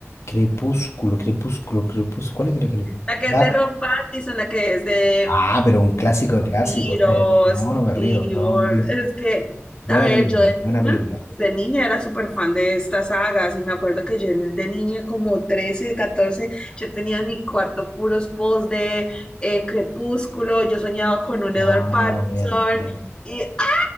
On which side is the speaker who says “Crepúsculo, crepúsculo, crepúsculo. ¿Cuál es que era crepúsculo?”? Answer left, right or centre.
Left